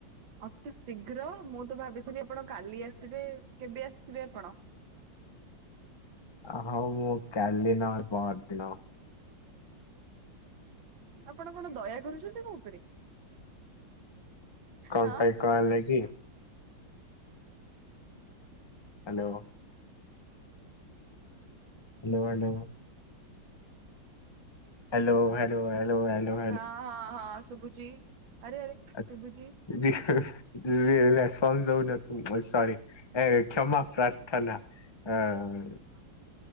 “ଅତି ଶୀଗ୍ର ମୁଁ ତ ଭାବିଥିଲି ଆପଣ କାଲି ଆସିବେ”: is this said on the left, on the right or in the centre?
Right